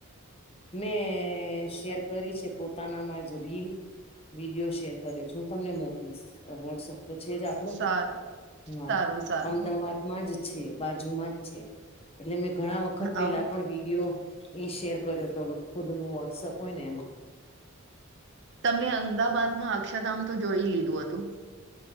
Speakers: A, on the left (about 30°); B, on the right (about 55°).
A: મેં શેર કરી છે, પોતાનામાં જ રીલ વિડીયો શેર કર્યો છે, હું તમને મોકલીશ વોટ્સઅપ તો છે જ આપણું,
B: સારું
A: ના
B: સારું સારું
A: અમદાવાદ મા જ છે, બાજુમાં જ છે, એટલે મેં ઘણા વખત પેલા
B: આવું
A: પણ વિડીયો ઇ શેર કર્યો તો, ઓલું ખુદનુ વોટ્સઅપ હોય ને એમાં.
B: તમને અમદાબાદમાં અક્ષરધામ તો જોઈ લીધું હતું.